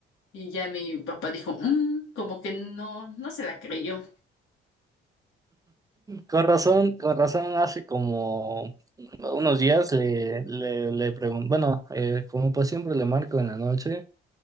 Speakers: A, on the left; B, on the right.
A: Y ya mi papá dijo, "Mm", como que no, no se la creyó.
B: Con razón, con razón, hace como unos días le, le, le pregunté, bueno, eh, como pues siempre le marco en la noche.